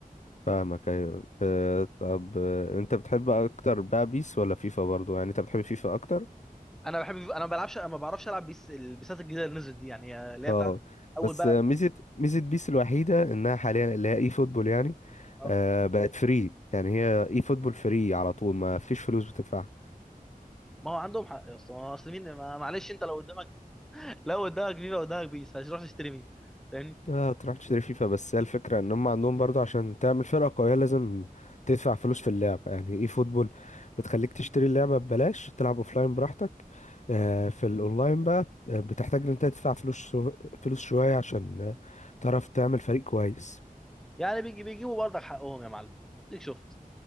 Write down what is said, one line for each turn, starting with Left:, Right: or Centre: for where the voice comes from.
Left: فاهمك أيوة أه طب آه، أنت بتحب أكتر بقى بيس ولا فيفا برضه يعني أنت بتحب فيفا أكتر؟
Centre: انا بحب انا ما بلعبش ما بعرفش العب بيس البيسات الجديده اللي نزلت دي يعني اللي هي
Left: أه
Centre: بتاعت اول
Left: بس
Centre: بقى
Left: آه،
Centre: من...
Left: ميزة ميزة بيس الوحيدة إنها حاليا اللي هي إي فوتبول يعني
Centre: اه
Left: أه بقت فري يعني هي إي فوتبول فري على طول ما فيش فلوس بتدفعها
Centre: ما هو عندهم حق يا اسطى ما هو اصل مين ما- معلش انت لو قدامك لا قدامك بيبقى قدامك بيس هتروح تشتري مين فاهمني
Left: اه تروح تشتري فيفا بس هي الفكرة ان هم عندهم برضو عشان تعمل فرقة قوية لازم تدفع فلوس في اللعبة يعني اي فوتبول بتخليك تشتري اللعبة ببلاش تلعب اوفلاين براحتك آه، في الاونلاين بقى آه، بتحتاج ان انت تدفع فلوس شو... فلوس شوية عشان آه، تعرف تعمل فريق كويس
Centre: يعني بيجي بيجيبوا برضك حقهم يا معلم اديك شفت